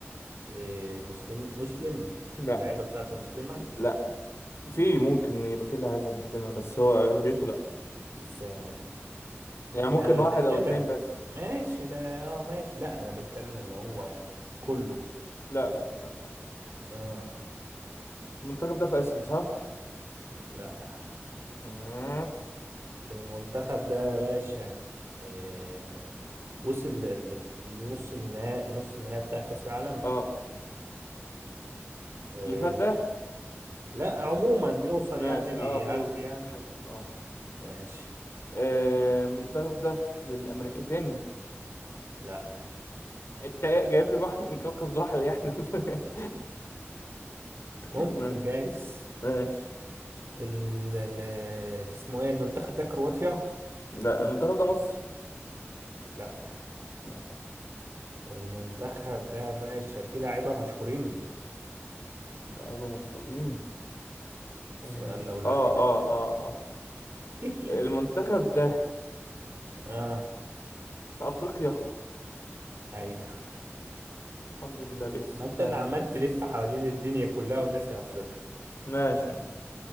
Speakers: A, on the right; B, on the left.
A: آه مسلم مسلم
B: لا
A: اللعيبة بتاعته مسلمة
B: لا في ممكن يبقى في لعيبه مسلمه بس هو اغلبيته لا
A: سامو
B: يعني ممكن
A: ده
B: واحد
A: نادرا
B: او اتنين بس
A: ماشي ده اه ماشي لا انا بتكلم ان هو يعني كله
B: لا لا لا
A: آه
B: المنتخب ده في اسيا صح
A: لا
B: مم.
A: المنتخب ده يا باشا آه وصل ل- لك- لنص النهائي نص النهائي بتاع كأس العالم
B: اه
A: آه
B: اللي فات ده
A: لا عموما بيوصل
B: ماشي
A: يعني بيعدي
B: اه بيوصل
A: يعني
B: بيوصل اه
A: ماشي
B: آه، المنتخب ده في الامريكتين
A: لا
B: انت جايب لي واحد من كوكب زحل يعني ولا إيه؟ <laughs>
A: ممكن
B: ماشي
A: جايز
B: ماشي
A: ال... ال- اسمه ايه المنتخب ده كرواتيا
B: لا المنتخب ده مصر
A: لا
B: ماشي
A: المنتخب ده يا باشا فيه لاعيبة مشهورين
B: لعيبة مشهورين اه
A: سؤال لولبي
B: اه اه
A: ده
B: اه آه.
A: <laughs>
B: المنتخب ده
A: اه
B: في افريقيا
A: ايوه
B: الحمد لله بس
A: ما انت
B: ماشي
A: اللي عمال تلف حوالين الدنيا كلها والناس يا افريقيا
B: ماشي ماشي.